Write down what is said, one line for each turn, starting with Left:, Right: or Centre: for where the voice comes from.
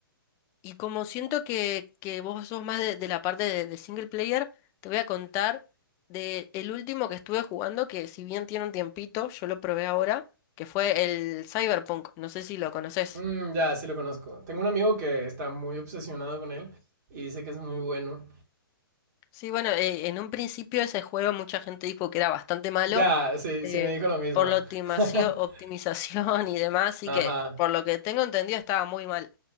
Left: Y como siento que, que vos sos más de, de la parte de, de single player, te voy a contar de el último que estuve jugando, que si bien tiene un tiempito, yo lo probé ahora, que fue el Cyberpunk. No sé si lo conoces.
Right: Mm, ya, sí lo conozco. Tengo un amigo que está muy obsesionado con él y dice que es muy bueno.
Left: Sí, bueno, eh, en un principio ese juego mucha gente dijo que era bastante malo,
Right: Ya, sí,
Left: eh,
Right: sí me dijo lo mismo.
Left: por la optimacio-
Right: <laughs>
Left: optimización <laughs> y demás,
Right: Ajá.
Left: y que por lo que tengo entendido estaba muy mal.